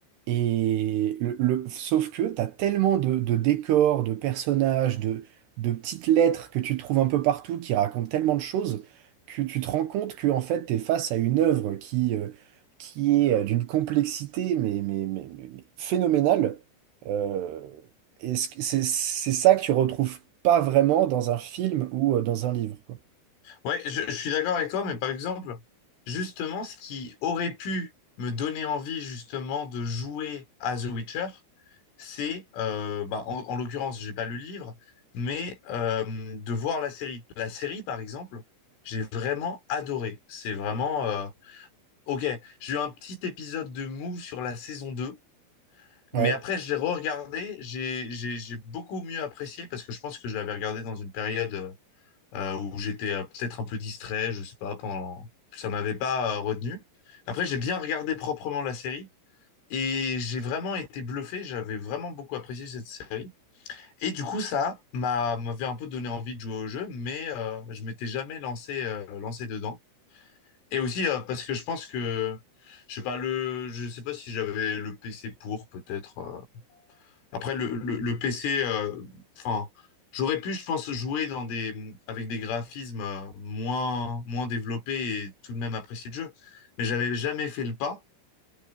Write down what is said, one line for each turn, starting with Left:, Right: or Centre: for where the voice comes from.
Right: Et le, le- sauf que tu as tellement de, de décors, de personnages, de, de petites lettres que tu trouves un peu partout qui racontent tellement de choses que tu te rends compte que en fait, tu es face à une œuvre qui, euh, qui est euh, d'une complexité mais, mais, mais, mais- mais phénoménale. Euh, et ce que- c'est c'est ça que tu retrouves pas vraiment dans un film ou euh, dans un livre, quoi.
Left: Ouais, je, je suis d'accord avec toi, mais par exemple, justement, ce qui aurait pu me donner envie justement de jouer à The Witcher, c'est, euh, bah, en, en l'occurrence, j'ai pas lu le livre, mais euh, de voir la série. La série, par exemple, j'ai vraiment adoré. C'est vraiment, euh, ok, j'ai eu un petit épisode de mou sur la saison 2, mais
Right: Ouais,
Left: après, je l'ai re-regardé, j'ai, j'ai, j'ai beaucoup mieux apprécié parce que je pense que je l'avais regardé dans une période euh, euh, où j'étais euh, peut-être un peu distrait, je sais pas, pendant ça m'avait pas euh, retenu. Après, j'ai bien regardé proprement la série et j'ai vraiment été bluffé, j'avais vraiment beaucoup apprécié cette série. Et du coup, ça m'a m'avait un peu donné envie de jouer au jeu, mais euh, je m'étais jamais lancé euh, lancé dedans. Et aussi euh, parce que je pense que je sais pas le je sais pas si j'avais le PC pour peut-être euh, après, le, le- le PC, enfin, j'aurais pu, je pense, jouer dans des, avec des graphismes euh, moins, moins développés et tout de même apprécier le jeu. Mais j'avais jamais fait le pas.